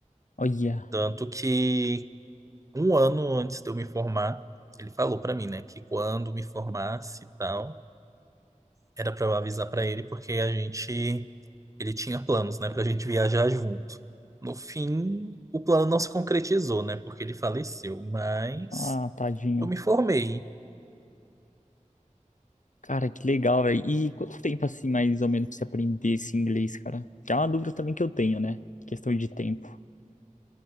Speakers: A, on the left; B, on the right.
A: Olha,
B: Tanto que um ano antes de eu me formar, ele falou pra mim, né, que quando me formasse e tal Era para eu avisar para ele porque a gente ele tinha planos, né, pra gente viajar junto. No fim, o plano não se concretizou, né, porque ele faleceu, mas
A: ah, tadinho.
B: eu me formei.
A: Cara, que legal, velho. E quanto tempo, assim, mais ou menos, pra você aprender esse inglês, cara? Que é uma dúvida também que eu tenho, né? Questão de tempo.